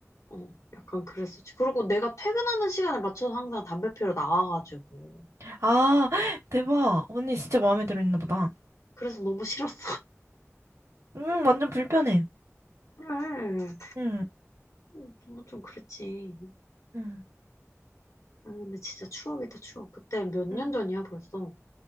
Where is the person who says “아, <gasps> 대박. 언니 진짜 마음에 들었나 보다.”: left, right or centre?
Right